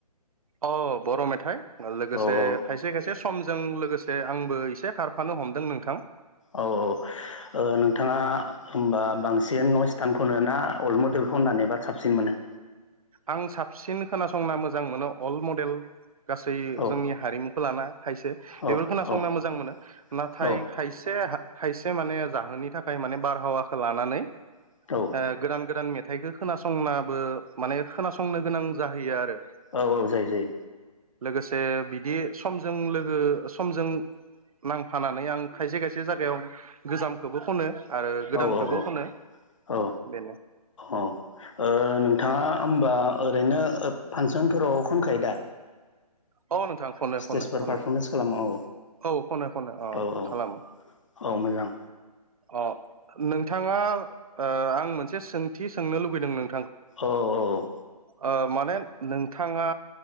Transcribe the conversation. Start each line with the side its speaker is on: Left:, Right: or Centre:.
Right: अ बर' मेथाइ
Left: औ
Right: लोगोसे
Left: औ
Right: खायसे खायसे समजों लोगोसे दे आंबो एसे खारफानो हमदों नोंथां।
Left: औ औ। ओ नोंथाङा होमबा बांसिन नयस्टानखौनो ना अल्द मडेलखौ होननानै बा साबसिन मोनो?
Right: आं साबसिन खोनासंना मोजां मोनो अल्द मडेल। गासै
Left: औ
Right: जोंनि हारिमुखौ लाना खायसे
Left: औ
Right: बेफोर खोनासंना
Left: औ
Right: मोजां मोनो नाथाय
Left: औ
Right: खायसे खायसे माने जाहोननि थाखाय माने बारहावाखौ लानानै
Left: औ
Right: ओ गोदान गोदान मेथाइखो खोनासंनाबो माने खोनासंनो गोनां जाहैयो आरो।
Left: औ औ जायो जायो
Right: <inaudible> लोगोसे बिदि समजों लोगो समजों नांफानानै आं खायसे खायसे जागायाव गोजामखोबो खनो। आरो गोदानखौबो
Left: औ औ औ
Right: खनो
Left: औ
Right: बेनो
Left: औ ओ नोंथाङा होमबा ओरैनो फानसनफोराव खनखायो दा?
Right: अ नोंथां खनो
Left: स्टेजफोर
Right: खनो खनो।
Left: पारफरमेन्स खालामो औ
Right: औ खनो खनो ओ
Left: औ
Right: खालामो
Left: औ मोजां
Right: अ अ नोंथाङा ओ आं मोनसे सोंथि सोंनो लुुबैदों नों
Left: औ औ औ।
Right: ओ माने नोंथाङा